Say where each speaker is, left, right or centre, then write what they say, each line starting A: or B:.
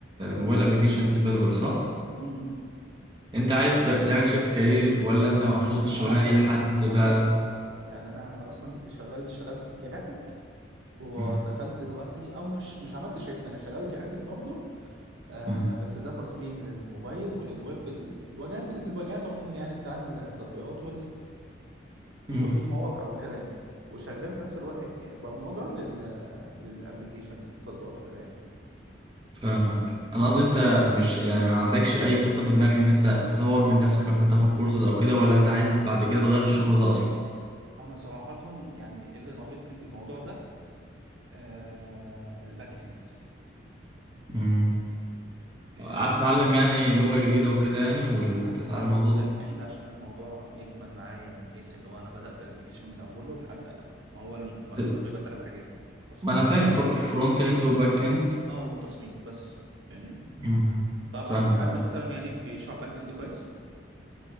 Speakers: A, on the right; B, on the right.
A: موبايل ابلكيشن ديفلوبر صح
B: م -م.
A: انت عايز ت- تعمل شيفت كارير ولا انت مبسوط في الشغلانه
B: انا عملت
A: دي لحد
B: انا
A: بقى
B: عملت اصلا يعني انا انا اصلا في شغال اشتغلت في الجرافيك ودخلت
A: مم.
B: دلوقتي او مش مش عملت شيفت انا شغال جرافيك برضه آه
A: مم.
B: بس ده تصميم للموبايل وللويب ال- الواجهات الواجهات عموما يعني بتاع التطبيقات
A: مم.
B: والمواقع وكده يعني وشغال في نفس الوقت ك- برمجة لل للابليكيشن التطبيقات وكده يعني
A: فاهمك انا قصدي انت مش يعني ما عندكش اي خطه في دماغك ان انت تطور من نفسك مثلا تاخد كورسز او كده ولا انت عايز بعد كده تغير الشغل ده
B: انا صراحه يعني إيه اللي ناقصني في الموضوع ده آه الباك اند
A: اصلا
B: آه
A: عايز تتعلم يعني لغة جديدة وكده يعني وتتعلم
B: عايز اتعلم
A: الموضوع
B: الباك اند عشان الموضوع يكمل معايا من حيث اللي هو انا بدات الابلكيشن من اوله لحد اخره ما هو المشروع
A: ده ت-
B: بيبقى ثلاث حاجات تصميم
A: ما انا فاهم فرونت اند وباك اند
B: اه والتصميم بس فاهمني
A: مم.
B: طب
A: فاهمك
B: عندك حد
A: اه
B: مثلا يعني بيشرح باك اند كويس